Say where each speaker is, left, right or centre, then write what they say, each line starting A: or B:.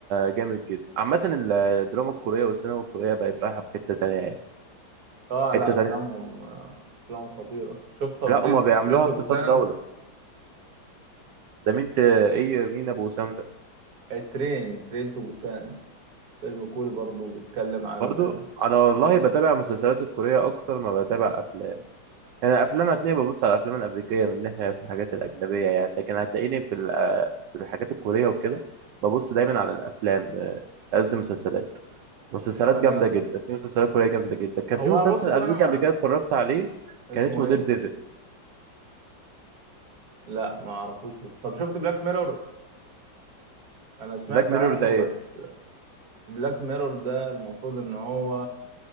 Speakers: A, on the right; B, on the right.
A: جامد جدا عامة الدراما الكورية والسينما الكورية بقت رايحة في حتة تانية يعني
B: اه
A: حتة
B: لا افلامهم
A: تانية
B: آه افلامهم خطيره شفت طب
A: لا
B: ترينت
A: هما بيعملوها
B: ترينت
A: اقتصاد
B: بوسان
A: دولة ده مين ت... ايه مين ابو وسام ده
B: الترين ترينت بوسان فيلم كوري برضو بيتكلم عن
A: برضو
B: آه،
A: انا والله بتابع مسلسلات الكوريه اكتر ما بتابع افلام يعني الافلام هتلاقيني ببص على الافلام الامريكيه من ناحيه في الحاجات الاجنبيه يعني لكن هتلاقيني في ال- آه، في الحاجات الكوريه وكده ببص دايما على الافلام آه، قصدي مسلسلات مسلسلات
B: انا
A: جامده جدا في مسلسلات كوريه جامده جدا كان
B: هو
A: في مسلسل
B: بص
A: امريكي
B: انا مع
A: قبل كده اتفرجت عليه
B: اسمه
A: كان اسمه
B: ايه
A: دير ديفل
B: لا ما اعرفوش بس طب شفت بلاك ميرور انا سمعت
A: بلاك ميرور
B: عنه
A: ده ايه
B: بس بلاك ميرور ده المفروض ان هو